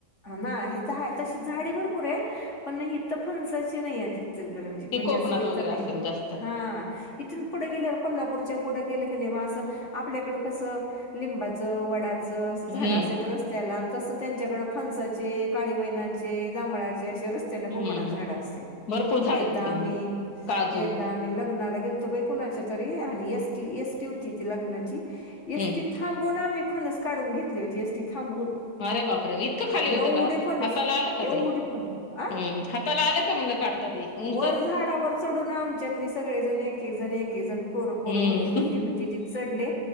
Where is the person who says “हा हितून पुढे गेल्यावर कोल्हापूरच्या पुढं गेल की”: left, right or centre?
Left